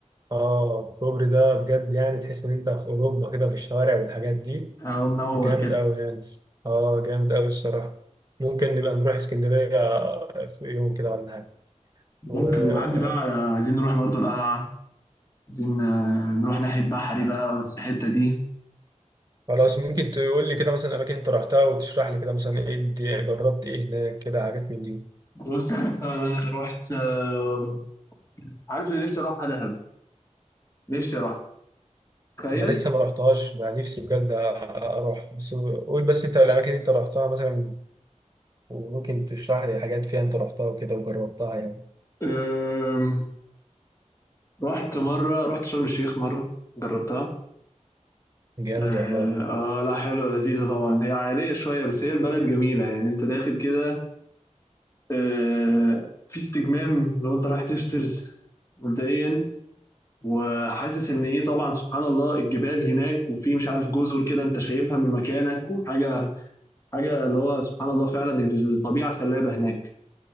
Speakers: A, on the right (about 30°); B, on the left (about 25°).
A: اه الكوبري ده بجد يعني تحس ان انت في اوروبا كده في الشوارع والحاجات دي
B: اه منور
A: جامد
B: كده
A: قوي يعني اه جامد قوي الصراحه ممكن نبقى نروح اسكندريه في يوم كده ولا حاجه والقلعه
B: ممكن نعدي بقى على عايزين نروح برضو القلعه عايزين آه، نروح ناحيه بحري بقى والحته دي
A: خلاص ممكن تقول لي كده مثلا اماكن انت رحتها وتشرح لي كده مثلا ايه الدي- جربت ايه هناك كده حاجات من دي
B: بص مثلا انا رحت آه، عارف اللي نفسي اروحها دهب نفسي اروحها تخيل
A: انا لسه ما رحتهاش انا نفسي بجد اروح بس قول بس انت الاماكن اللي انت رحتها مثلا وممكن تشرح لي حاجات فيها انت رحتها وكده وجربتها يعني
B: آم، رحت مره رحت شرم الشيخ مره جربتها
A: جامد
B: آه,
A: والله
B: اه لا حلوة لذيذة طبعا هي عائلية شوية بس هي البلد جميلة يعني انت داخل كده آه في استجمام لو انت رايح تفصل مبدئيا وحاسس ان ايه طبعا سبحان الله الجبال هناك وفي مش عارف جزر كده انت شايفها من مكانك وحاجة حاجة اللي هو سبحان الله فعلا الطبيعة خلابة هناك